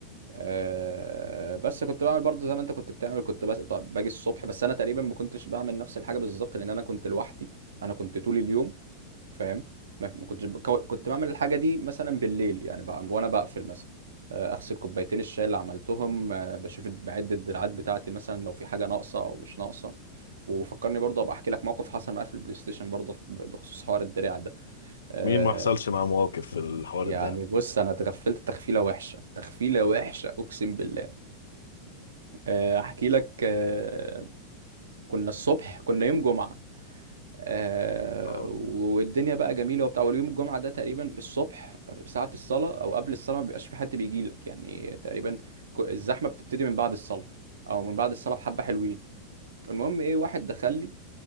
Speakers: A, on the right (about 65°); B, on the left (about 70°).
A: آه، بس كنت بعمل برضه زي ما انت كنت بتعمل كنت بس- ب- باجي الصبح بس انا تقريبا ما كنتش بعمل نفس الحاجه بالظبط لان انا كنت لوحدي انا كنت طول اليوم فاهم ما ما كنتش بكو- كنت بعمل الحاجه دي مثلا بالليل يعني بقى وانا بقفل مثلا آه، اغسل كوبايتين الشاي اللي عملتهم آه، بشوف الد- بعد الدراعات بتاعتي مثلا لو في حاجه ناقصه او مش ناقصه وفكرني برضه ابقى احكي لك موقف حصل معايا في البلاي ستيشن برضه في- بخصوص حوار الدراع ده آه،
B: مين ما حصلش معاه مواقف في الحوار
A: يعني
B: ده
A: بص انا اتغفلت تغفيله وحشه تغفيله وحشه اقسم بالله آه، احكي لك آه، كنا الصبح كنا يوم جمعة آه،
B: آه.
A: والدنيا بقى جميلة وبتاع واليوم الجمعة ده تقريبا الصبح ساعة الصلاة او قبل الصلاة ما بيبقاش في حد بيجي لك يعني تقريبا ك- الزحمة بتبتدي من بعد الصلاة او من بعد الصلاة بحبة حلوين فالمهم ايه واحد دخل لي